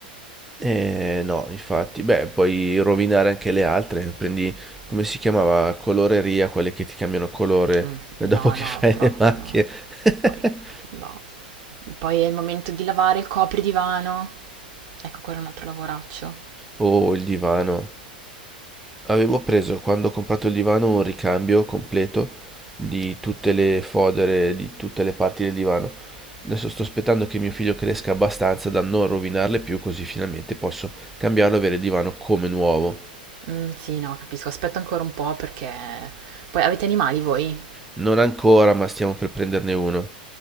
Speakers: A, in the centre; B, on the right (about 45°).
A: Eh no, infatti, beh, puoi rovinare anche le altre. Prendi, come si chiamava? Coloreria, quelle che ti cambiano colore
B: Mm,
A: eh, dopo
B: No,
A: che
B: no,
A: <laughs> fai
B: proprio
A: le macchie.
B: no.
A: <laughs>
B: Poi, no. Poi è il momento di lavare il copridivano. Ecco, quello è un altro lavoraccio.
A: Oh, il divano. Avevo preso quando ho comprato il divano un ricambio completo di tutte le fodere, di tutte le parti del divano. Adesso sto aspettando che mio figlio cresca abbastanza da non rovinarle più, così finalmente posso cambiarlo e avere il divano come nuovo.
B: Mm, sì, no, capisco. Aspetta ancora un po' perché... Poi avete animali voi?
A: Non ancora, ma stiamo per prenderne uno.